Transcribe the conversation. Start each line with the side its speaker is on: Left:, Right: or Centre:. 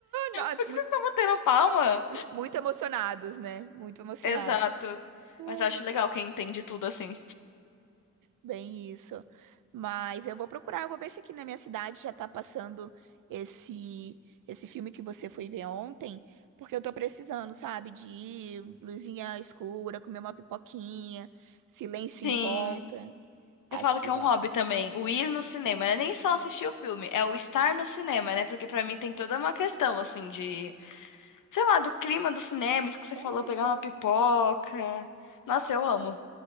Right: Não,
Left: Por que
Right: Muito,
Left: vocês estão batendo palma?
Right: muito emocionados, né? Muito emocionados.
Left: Exato.
Right: Ai.
Left: Mas eu acho legal quem entende tudo assim.
Right: Bem isso. Mas eu vou procurar, eu vou ver se aqui na minha cidade já tá passando esse esse filme que você foi ver ontem, porque eu tô precisando, sabe, de ir, luzinha escura, comer uma pipoquinha, silêncio
Left: Sim.
Right: em volta. Acho
Left: Eu falo
Right: que
Left: que é
Right: vai.
Left: um hobby também, o ir no cinema, né? Nem só assistir o filme, é o estar no cinema, né? Porque pra mim tem toda uma questão, assim, de, sei lá, do clima do cinema, isso que você
Right: Com
Left: falou,
Right: certeza.
Left: pegar uma pipoca. Nossa, eu amo.